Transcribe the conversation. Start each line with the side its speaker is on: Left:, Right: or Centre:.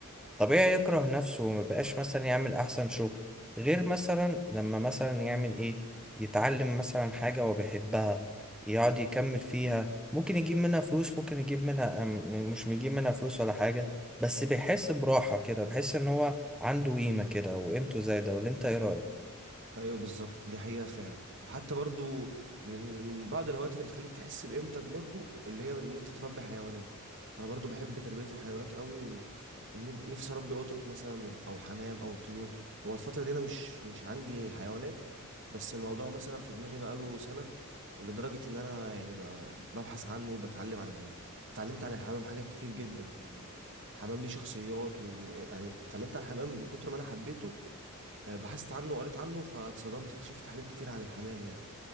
Centre: طبيعي يكره نفسه وما بقاش مثلا يعمل احسن شغل غير مثلا لما مثلا يعمل ايه يتعلم مثلا حاجة هو بيحبها يقعد يكمل فيها ممكن يجيب منها فلوس ممكن يجيب منها أم- مش بيجيب منها فلوس ولا حاجة بس بيحس براحة كده بيحس ان هو عنده قيمة كده وقيمته زايدة ولا انت ايه رأيك
Right: ايوه بالظبط دي حقيقة فعلا وحتى برضو من ال- من بعض الهوايات اللي بتخليك تحس بقيمتك برضو اللي هي ان انت تربي حيوانات انا برضو بحب تربية الحيوانات قوي ونفسي اربي قطط مثلا وح- او حمام او طيور هو الفترة دي انا مش مش عندي حيوانات بس الموضوع مثلا في دماغي بقاله سنة ولدرجة ان انا يعني بقى ببحث عنه وبتعلم عن ال... اتعلمت عن الحمام حاجات كتير جدا يعني الحمام ليه شخصيات ويعني اتعلمت عن الحمام من كتر ما انا حبيته آه، بحثت عنه وقريت عنه فاتصدمت اكتشفت حاجات كتير عن الحمام يعني